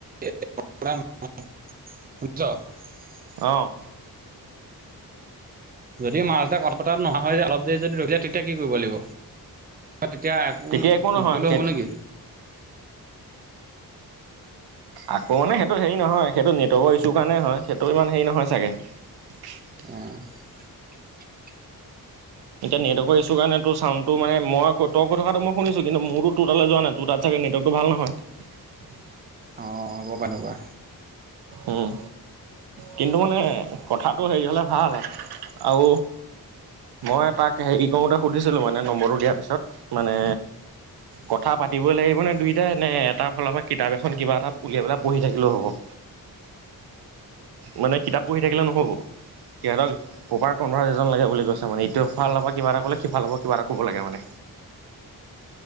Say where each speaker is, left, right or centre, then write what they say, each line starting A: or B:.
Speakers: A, on the right (about 25°); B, on the right (about 85°).
A: শছ <unintelligible>
B: অ'।
A: যদি মাজতে কথা পতাত নোহোৱা হয় যে অলপ দেৰি যদি ৰখি যায় তেতিয়া কি কৰিব লাগিব? তেতিয়া একো
B: তেতিয়া নহয়
A: নকৰিলেও
B: সেইটো
A: হ'ব নেকি?
B: আকৌ মানে সেইটো হেৰি নহয় সেইটো নেটৱৰ্কৰ ইছ্যু কাৰণে হয় সেইটো ইমান হেৰি নহয় চাগে। <unintelligible>
A: <unintelligible>
B: এতিয়া নেটৱৰ্কৰ ইছ্যু কাৰণে তোৰ চাউন্ডটো মানে মই তই কই থকোটো মই শুনিছোঁ, কিন্ত মোৰটো তোৰ তালৈ যোৱা নাই তো তাত চাগে নেটৱৰ্কটো ভাল নহয়।
A: অ', হ'ব পাৰে এনেকুৱা।
B: উম, কিন্তু মানে কথাটো হেৰি হ'লে ভাল, আউ মই তাক হেৰি কওতে সুধিছিলো মানে নম্বৰটো দিয়া পিছত মানে কথা পাতিবই লাগিব নে দুইটাই নে এটাৰ ফালৰ পৰা কিতাপ এখন কিবা এটা উলিয়াই পেলে পঢ়ি থাকিলেও হ'ব? উ মানে কিতাপ পঢ়ি থাকিলে নহব সিহঁতক পপাৰ পোন্ধৰ <unintelligible> লাগে বুলি কৈছে মানে ইটো এফাল পা কিবা এটা কলে সিফাল পা কিবা এটা ক'ব লাগে মানে।